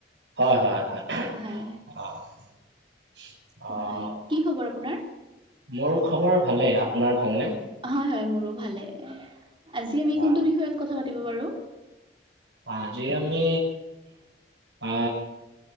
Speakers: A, on the right; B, on the right.
A: হয়-হয়-হয়
B: হয়
A: অ', অ'
B: হয় কি খবৰ আপোনাৰ
A: মোৰ খবৰ ভালেই। আপোনাৰ ভালনে?
B: হয়-হয় মোৰো ভালে, আজি আমি
A: হয়,
B: কোনটো বিষয়ত কথা পাতিব পাৰো?
A: আজি আমি আ